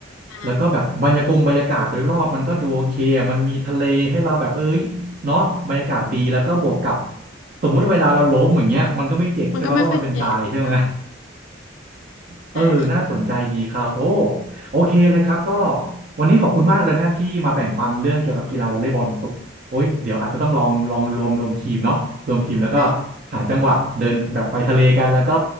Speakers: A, on the left; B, on the right.
A: ใช่
B: แล้วก็แบบบรรยากงบรรยากาศโดยรอบมันก็ดูโอเคอะมันมีทะเลให้เราแบบเอ้ยเนาะบรรยากาศดีแล้วก็บวกกับสมมุติว่าเวลาเราล้มอย่างเงี้ยมันก็ไม่เจ็บใช่ปะเพราะมันเป็นทรายใช่ไหม
A: มันก็ไม่ค่อยเจ็บใช่
B: เออ
A: ใช่ค่ะ
B: น่าสนใจดีครับโอ้โอเคเลยครับก็วันนี้ขอบคุณมากเลยนะที่มาแบ่งปันเรื่องเกี่ยวกับกีฬาวอลเลย์บอลสุกโอ้ยเดี๋ยวอาจจะต้องลองลองรวมรวมทีมเนาะรวมทีมแล้วก็
A: ใช่
B: หาจังหวะเดินแบบไปทะเลกันแล้วก็